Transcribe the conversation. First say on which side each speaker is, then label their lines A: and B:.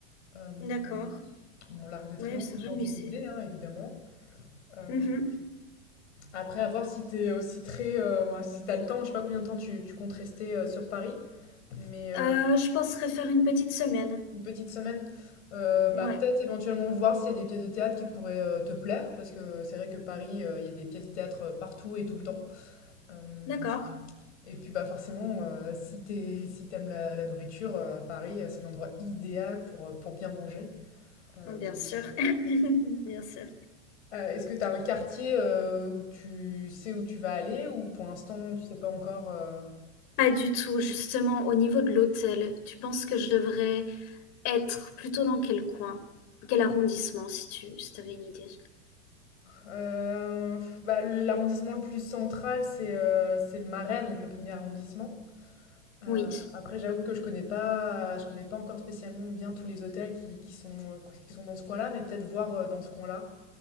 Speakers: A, on the left; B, on the left.
A: Euh,
B: D'accord.
A: bon, l'Arc de Triomphe,
B: Ouais, c'est
A: les
B: vrai,
A: Champs-Élysées,
B: musée.
A: hein, évidemment. Euh,
B: Mhm.
A: après, à voir si t'es aussi très, euh, ouais, si t'as le temps, je sais pas combien de temps tu, tu comptes rester euh, sur Paris, mais euh,
B: Euh, je penserais faire une petite semaine.
A: Une petite semaine? Heu,
B: Ouais.
A: bah, peut-être éventuellement voir s'il y a des pièces de théâtre qui pourraient, heu, te plaire parce que c'est vrai que Paris, heu, il y a des pièces de théâtre, heu, partout et tout le temps. Hem
B: D'accord.
A: et puis, bah, forcément, heu, si t'es, si t'aimes la la nourriture, heu, Paris, heu, c'est l'endroit idéal pour, heu, pour bien manger. Hem,
B: Oh, Bien sûr. <laughs> Bien sûr.
A: heu, est-ce que t'as un quartier, heu, où tu sais où tu vas aller ou pour l'instant tu sais pas encore, heu?
B: Pas du tout. Justement, au niveau de l'hôtel, tu penses que je devrais être plutôt dans quel coin? Quel arrondissement, si tu si t'avais une idée?
A: Heu, bah, l'arrondissement le plus central, c'est, heu, c'est le Marais, donc le premier arrondissement. Euh,
B: Oui.
A: après, j'avoue que je connais pas, je connais pas encore spécialement bien tous les hôtels qui, qui sont, euh, qui sont dans ce coin-là, mais peut-être voir euh, dans ce coin-là.